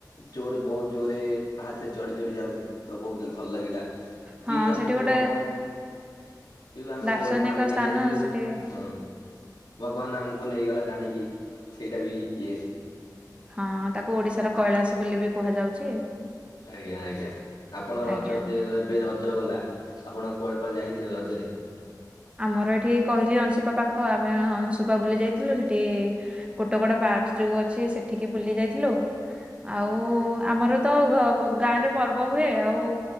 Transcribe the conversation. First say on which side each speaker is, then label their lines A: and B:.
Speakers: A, on the left (about 75°); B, on the right (about 15°).
A: ଜୋରେ ବହୁତ ଜୋରେ ପାହାଚ ଚଢି ଚଢି ଯାଉଥିଲୁ ତ ବହୁତ ଭଲ ଲାଗିଲା।
B: ହଁ
A: କି ଆମକୁ
B: ସେଠି ଗୋଟେ
A: ଭଗବାନ ଆମେ
B: ଦାର୍ଶନିକ
A: ବ ପାଣି ନେଇ
B: ସ୍ଥାନ
A: ଯାଇଥିଲୁ
B: ସେଠି
A: ହଁ। ଭଗବାନ ଆମକୁ ନେଇଗଲା ଟାଣିକି ସେଇଟା ବି ଇଏ।
B: ହଁ ତାକୁ ଓଡିଶାର କୈଳାସ ବୋଲି ବି କୁହାଯାଉଛି।
A: ଆଜ୍ଞା ଆଜ୍ଞା ଆପଣ ରଜ
B: ଆଜ୍ଞା।
A: ତ ଏବେ ରଜ ଗଲା। ଆପଣ କୁଆଡେ କୁଆେ ଯାଇଥିଲେ ରଜରେ?
B: ଆମର ଏଠି କହିଲି ଅଂଶୁପା ପାଖ ଆମେ ଅଂଶୁପା ବୁଲି ଯାଇଥିଲୁ ସେଠି କୋଟ କୋଡ ପାର୍କ ଯୋଉ ଅଛି ସେଠିକି ବୁଲି ଯାଇଥିଲୁ। ଆଉ ଆମର ତ ଗାଁରେ ପର୍ବ ହୁଏ ଆଉ